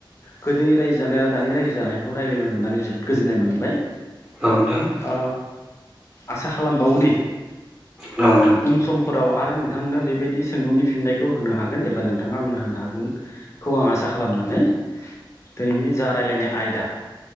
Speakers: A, on the left; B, in the centre.
A: गोदोनि रायजो जानाय आरो दानि रायजो जानाय खौ रायलायनो मोननानै जोबोद गोजोननाय मोनबाय।
B: औ नोंथां
A: ओ आसा खालामबावोदि
B: औ नोंथां
A: उन समफोराव आरो नों नोंथांनो बेबायदि सोंलुनि फिननायखौ होनो हागोन एबा नोंथांङा आंनो होनो हागोन खौ आं आसा खालामनानै दोनैनि जा रायलायनाय आयदा